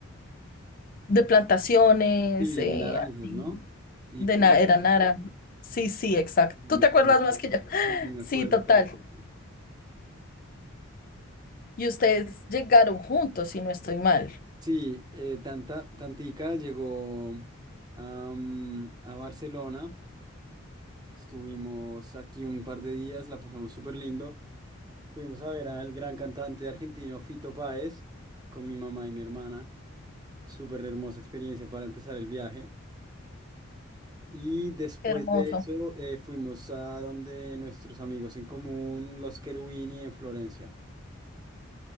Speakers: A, on the left (about 40°); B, on the right (about 20°).
A: de plantaciones,
B: Sí,
A: eh,
B: de naranjas,
A: así.
B: ¿no? Y
A: De
B: frutas,
A: na- era Nara. Sí, sí, exacto.
B: me
A: Tú te
B: acuerdo.
A: acuerdas más que yo. <gasps>
B: Sí, me
A: <laughs> Sí,
B: acuerdo
A: total.
B: perfecto.
A: Y ustedes llegaron juntos, si no estoy mal.
B: Sí, eh, tanta, Tantica llegó am, a Barcelona Estuvimos aquí un par de días, la pasamos súper lindo. Fuimos a ver al gran cantante argentino Fito Páez con mi mamá y mi hermana. Súper hermosa experiencia para empezar el viaje. Y después
A: Qué Hermoso.
B: de eso eh, fuimos a donde nuestros amigos en común, los Cherubini en Florencia.